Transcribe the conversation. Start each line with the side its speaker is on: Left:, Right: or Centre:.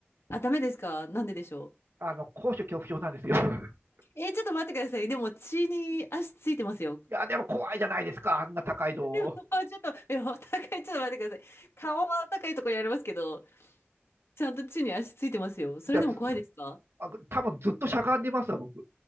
Left: あ、ダメですかなんででしょ
Right: あの、高所恐怖症なんですよ。<laughs>
Left: う。えーちょっと待ってください。でも血に足ついてますよ。
Right: いや、でも怖いじゃないですか、あんな高いの。
Left: でも、ちょっと、え、お互いちょっと待ってください。顔は高いところやりますけど、ちゃんと地に足ついてますよ。それでも怖いですか
Right: じゃあ、多分ずっとしゃがんでますわ、僕。